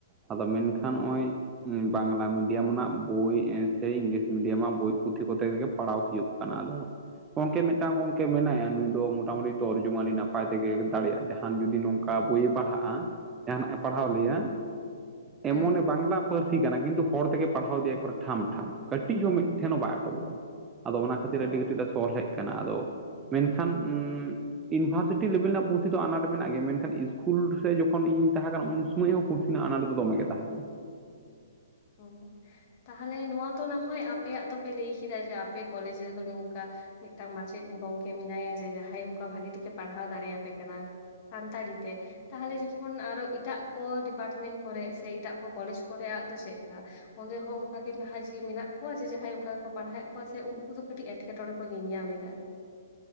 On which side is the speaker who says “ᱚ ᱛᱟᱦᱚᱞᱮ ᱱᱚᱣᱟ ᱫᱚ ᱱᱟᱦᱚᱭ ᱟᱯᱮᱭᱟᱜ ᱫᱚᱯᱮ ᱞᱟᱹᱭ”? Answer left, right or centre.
Left